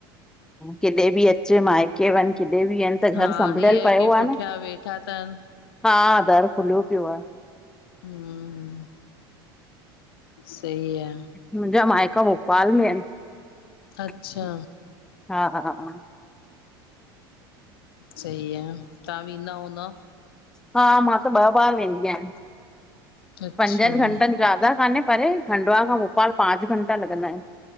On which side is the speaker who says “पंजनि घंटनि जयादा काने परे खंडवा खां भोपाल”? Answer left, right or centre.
Centre